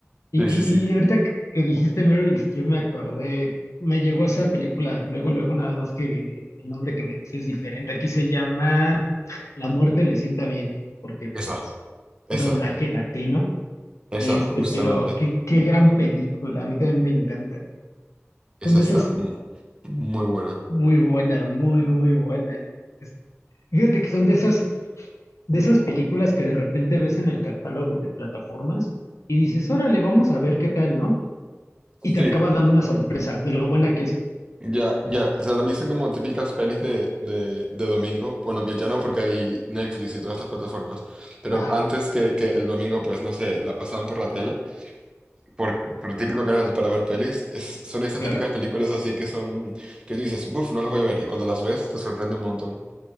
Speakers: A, on the left; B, on the right.
A: Y,
B: sí,
A: y,
B: sí, sí,
A: y ahorita que que dijiste Meryl Streep me acordé. Me llegó esa película luego, luego, nada más que el nombre que me dices es diferente. Aquí se llama La muerte le sienta bien, porque
B: esa,
A: pues
B: esa,
A: doblaje latino.
B: esa,
A: Este,
B: justamente,
A: pero qué, qué gran película. A mí también me encanta.
B: esa
A: Son de
B: está
A: esas
B: mm, muy buena.
A: muy buena, muy, muy buena. Es- Fíjate que son de esas de esas películas que de repente ves en el catálogo de plataformas y dices, órale, vamos a ver qué tal, ¿no? Y te
B: Sí,
A: acaba dando una sorpresa de lo buena que es.
B: Ya, ya, o sea, también son como típicas pelis de, de, de domingo. Bueno, que ya no, porque hay Netflix y todas estas plataformas. Pero
A: Ajá,
B: antes que, que el domingo, pues no sé, la pasaban por la tele, por, por el típico canal para ver pelis. es- son estas
A: claro,
B: típicas películas así que son, que tú dices, buf, no las voy a ver. Y cuando las ves, te sorprende un montón.